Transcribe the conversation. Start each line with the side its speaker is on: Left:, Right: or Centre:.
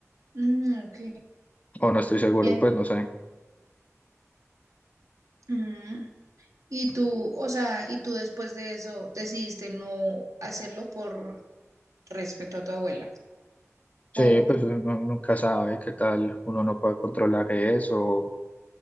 Right: Mm, ok.
Left: o no estoy seguro,
Right: Bien.
Left: pues no sé.
Right: Mm. Y tú, o sea, y tú después de eso decidiste no hacerlo por respeto a tu abuela. O,
Left: Sí,
Right: po-
Left: pues uno nunca sabe qué tal uno no puede controlar eso,